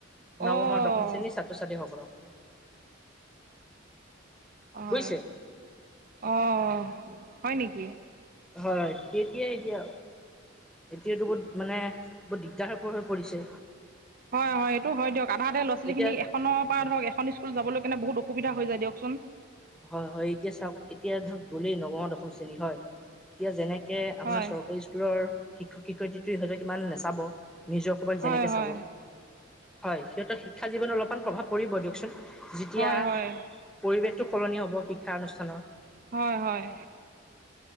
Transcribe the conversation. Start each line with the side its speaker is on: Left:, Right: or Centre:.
Right: অঁ
Centre: নৱম আৰু দশম শ্ৰেণীৰ ছাত্ৰ ছাত্ৰীসকলক।
Right: অ হয়
Centre: বুজিছে
Right: অ হয় নেকি
Centre: হয় হয় তেতিয়াাই এতিয়া। টো বহুত মানে বহুত দিগদাৰ ও হৈ পৰিছে
Right: হয় হয় এইটো হয় দিয়ক আধাতে লৰা ছোৱালী
Centre: এতিয়া
Right: খিনি এখনৰ পৰা
Centre: হয়
Right: ধৰক এখন স্কুল যাবলৈ কেণনে বহুত অসুবিধা হৈ যায়। দিয়কচোন।
Centre: হয় হয় এতিয়া চাওক এতিয়া ধৰক গ'লেই নগাঁ দশম শ্ৰেণী হয় এতিয়া যেনেকে তে আপোনাৰ
Right: হয়
Centre: চৰকাৰী স্কুলৰ শিক্ষক শিক্ষয়িত্ৰী হয়তো কিমান নাচাব নিজৰ সবাক
Right: হয়
Centre: যেনেকে
Right: হয়
Centre: চাব হয় সিহঁতৰ শিক্ষা জীৱনত অলপমান প্ৰভাৱ কৰিব দিয়কচোন যেতিয়া
Right: হয় হয়
Centre: পৰিৱেশটো সলনি হ'ব শিক্ষা অনুষ্ঠানৰ
Right: হয় হয়